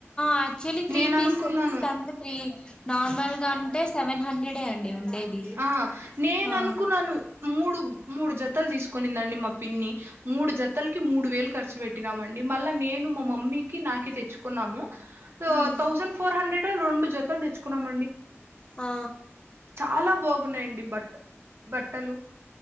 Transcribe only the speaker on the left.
యాక్చుల్లీ త్రీ
పీస్
సెట్స్ కంత త్రీ నార్మల్ గా అంటే సెవెన్ హండ్రెడే అండి ఉండేది
ఆ
ఉమ్
ఆ